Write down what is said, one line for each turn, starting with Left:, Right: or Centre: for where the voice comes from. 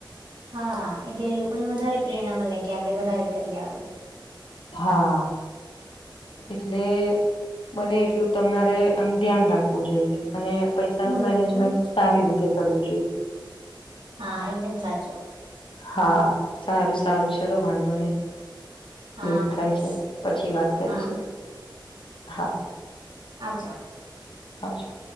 Right: હા, એટલે લોકોને વધારે પ્રેરણા મળે કે આપડે વધારે કરી આવું.
Left: હા, એટલે બને એટલું તમારે આમ ધ્યાન રાખવું જોઈએ. અને પૈસાનું
Right: હમ
Left: મેનેજમેન્ટ સારી રીતે કરવું જોઈએ,
Right: હા એકદમ સાચું
Left: હા સારું સારું ચલો વાંધો નહી
Right: હા
Left: એ જ થાય
Right: સ-
Left: છે પછી વાત કરીશું
Right: હા
Left: હા
Right: આવજ
Left: હાજો